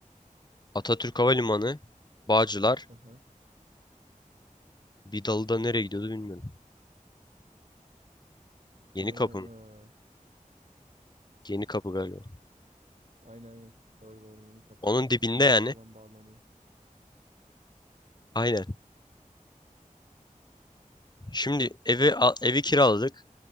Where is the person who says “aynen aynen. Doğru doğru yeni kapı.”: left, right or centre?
Right